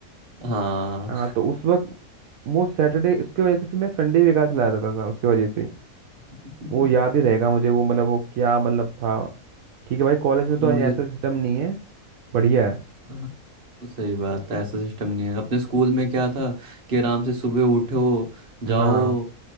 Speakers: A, on the right; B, on the right.
A: हाँ
B: हाँ तो उस वक्त वो सैटरडे उसकी वजह से फिर मैं संडे भी बेकार चला जाता था उसकी वजह से
A: <laughs>
B: वो याद ही रहेगा मुझे वो मतलब वो क्या मतलब था ठीक है भाई कॉलेज में तो
A: मुझे
B: ऐसा सिस्टम नहीं है बढ़िया है
A: हाँ, तो सही बात है ऐसा सिस्टम नहीं है अपने स्कूल में क्या था कि आराम से सुबह उठो जाओ
B: हाँ